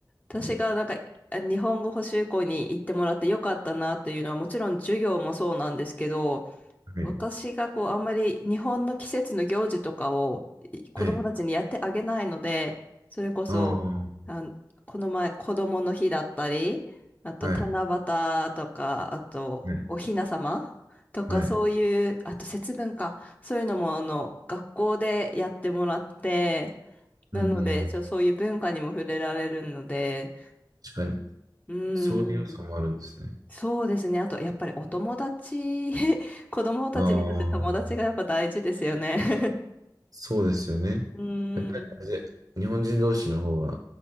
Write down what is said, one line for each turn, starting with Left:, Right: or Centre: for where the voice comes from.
Left: 私がなんかあ日本語補習校に行ってもらってよかったなというのはもちろん授業もそうなんですけど、
Right: はい。はい。
Left: 私がこう、あんまり日本の季節の行事とかをい子供たちにやってあげないので、
Right: はい。
Left: それこそ、
Right: ああ。
Left: あの、この前、子供の日だったり、あと、
Right: はい。
Left: 七夕とか、あと、
Right: はい。
Left: お雛様とか、
Right: はい。
Left: そういう、あと、節分か、そういうのも、あの、学校でやってもらって、なので、
Right: うんうんうん。
Left: ちょ、そういう文化にも触れられるので、
Right: 確かに。
Left: うーん、
Right: そういう要素もあるんですね。
Left: そうですね。あと、やっぱりお友達、<laughs> 子供たちにとって友達がやっぱ大事ですよね。
Right: ああ。
Left: <laughs>
Right: そうですよね。
Left: うーん。
Right: やっぱりあれで日本人同士の方が